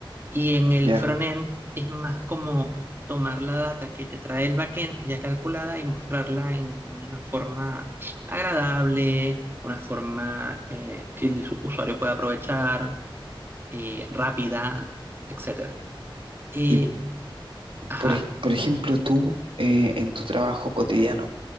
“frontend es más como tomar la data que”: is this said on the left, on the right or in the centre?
Right